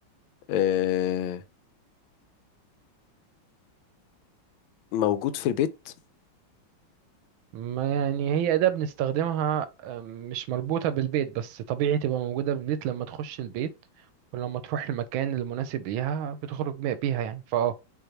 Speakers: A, on the left; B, on the right.
A: آم، موجود في البيت
B: ما يعني هي أداة بنستخدمها آه، مش مربوطة بالبيت بس طبيعي تبقى موجودة بالبيت لما تخش البيت ولما تروح المكان المناسب ليها بتخرج بي- بيها يعني فأه